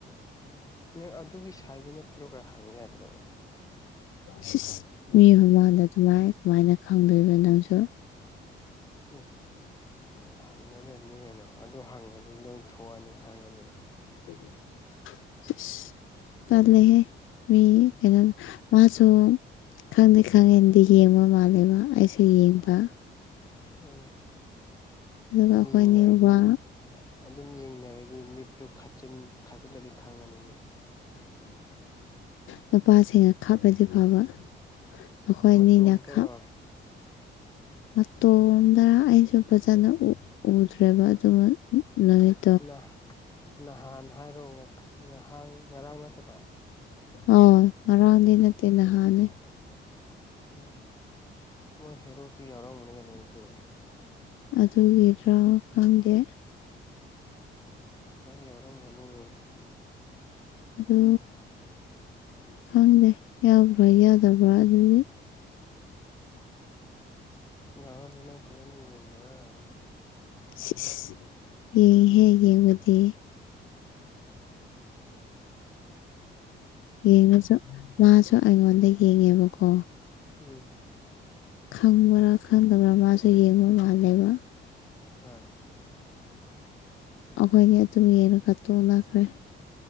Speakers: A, on the left; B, on the left.
A: ꯅꯪ ꯑꯗꯨꯒꯤ ꯁꯥꯏꯇꯨ ꯅꯠꯇ꯭ꯔꯣꯒ ꯍꯪ ꯌꯥꯗ꯭ꯔꯣꯕ
B: ꯁꯤꯁ ꯃꯤ ꯃꯃꯥꯡꯗ ꯑꯗꯨꯃꯥꯏ ꯀꯃꯥꯏꯅ ꯈꯪꯗꯣꯏꯕ ꯅꯪꯁꯨ
A: ꯢ ꯑꯥ ꯍꯪꯒꯗꯕꯅꯤ ꯀꯩꯅꯣ ꯑꯗꯨ ꯍꯪꯉꯅꯤ ꯅꯣꯢ ꯊꯣꯛꯑꯅꯤ ꯈꯪꯉꯅꯤ
B: <unintelligible> ꯇꯜꯂꯦꯍꯦ ꯃꯤ ꯀꯩꯅꯣ ꯃꯥꯁꯨ ꯈꯪꯗꯤ ꯈꯪꯉꯟꯗꯦ ꯌꯦꯡꯕ ꯃꯥꯜꯂꯦꯕ ꯑꯩꯁꯨ ꯌꯦꯡꯕ
A: ꯎꯝ
B: ꯑꯗꯨꯒ
A: ꯑꯗꯨꯝ
B: ꯑꯩꯈꯣꯏꯅꯤ
A: ꯌꯦꯡꯅꯔꯗꯤ
B: ꯋꯥ
A: ꯑꯗꯨꯝ ꯌꯦꯡꯅꯔꯗꯤ ꯃꯤꯠꯇꯨ ꯈꯠꯆꯤꯟ ꯈꯆꯤꯜꯂꯗꯤ ꯈꯪꯉꯅꯤꯅꯦ
B: ꯅꯨꯄꯥꯁꯤꯡꯅ ꯈꯞꯔꯗꯤ ꯐꯕ ꯑꯩꯈꯣꯏ
A: ꯃꯇꯣꯝꯇꯔꯣ
B: ꯑꯅꯤꯅ ꯈꯞ ꯃꯇꯣꯝꯗ ꯑꯩꯁꯨ ꯐꯖꯅ ꯎ ꯎꯗ꯭ꯔꯦꯕ ꯑꯗꯨ ꯅꯨꯃꯤꯠ
A: ꯅ ꯅꯍꯥꯟ ꯍꯥꯏꯔꯣ ꯉꯍꯥꯡ ꯉꯔꯥꯡ ꯅꯠꯇꯕ
B: ꯑꯣ ꯉꯔꯥꯡꯗꯤ ꯅꯠꯇꯦ ꯅꯍꯥꯟꯅꯦ
A: ꯎꯝ ꯃꯣꯏ ꯍꯦꯔꯣꯁꯨ ꯌꯥꯎꯔꯝꯒꯅꯤ ꯀꯩꯅꯣ ꯑꯗꯨꯗꯤ
B: ꯑꯗꯨꯒꯤꯔꯥ ꯈꯪꯗꯦ
A: ꯌꯥꯎꯔꯝꯒꯅꯤꯑꯦ
B: ꯑꯗꯨ ꯈꯪꯗꯦ ꯌꯥꯎꯕ꯭ꯔꯥ ꯌꯥꯎꯗꯕ꯭ꯔꯥ ꯑꯗꯨꯗꯤ
A: ꯌꯥꯎꯔꯝꯅꯤ ꯅꯪ ꯐꯖꯅ ꯌꯦꯗꯕꯩ ꯑꯣꯢꯔꯝꯅꯤ
B: ꯁꯤꯁ ꯌꯦꯡꯏꯍꯦ ꯌꯦꯡꯕꯗꯤ ꯌꯦꯡꯉꯁꯨ ꯃꯥꯁꯨ ꯑꯩꯉꯣꯟꯗ ꯌꯦꯡꯉꯦꯕꯀꯣ
A: ꯎꯝ
B: ꯈꯪꯕꯔꯥ ꯈꯪꯗꯕ꯭ꯔꯥ ꯃꯥꯁꯨ ꯌꯦꯡꯕ ꯃꯥꯜꯂꯦꯕ
A: ꯍꯣꯏ
B: ꯑꯈꯣꯏꯅꯦ ꯑꯗꯨꯝ ꯌꯦꯡꯉꯒ ꯇꯣꯛꯅꯈ꯭ꯔꯦ